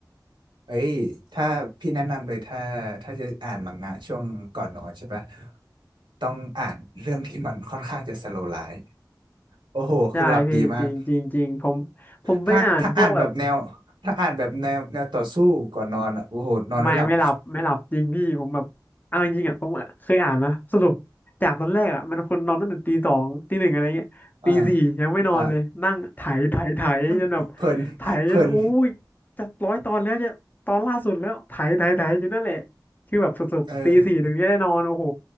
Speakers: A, on the right; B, on the left.
A: เอ้ย ถ้าพี่แนะนำเลยถ้าถ้าจะอ่านมังงะช่วงก่อนนอนใช่ปะ ต้องอ่านเรื่องที่มันค่อนข้างจะสโลว์ไลฟ์โอ้โหคือหลับดีมาก
B: ใช่พี่จริงจริงจริงผมผมไปอ่านพวกแบบ
A: ถ้าถ้าอ่านแบบแนวถ้าอ่านแบบแนวแนวต่อสู้ก่อนนอนอ่ะโอ้โหนอนไม่หลับ
B: ไม่ไม่หลับไม่หลับจริงพี่ผมแบบเอาจริงอ่ะผมเคยอ่านนะสรุปจากตอนแรกอ่ะมันคนนอนตั้งแต่ตีสองตีหนึ่งอะไรเงี้ยตีสี่ยังไม่นอนเลยนั่งไถไถไถจนแบบ
A: อ่าอ่ะ <laughs> เพลินเพลิน
B: ไถจนอู้ยจะร้อยตอนแล้วจะตอนล่าสุดแล้วไถไถไถอยู่นั่นแหละคือแบบสรุปตีสี่ถึงจะได้นอนโอ้โห
A: เออ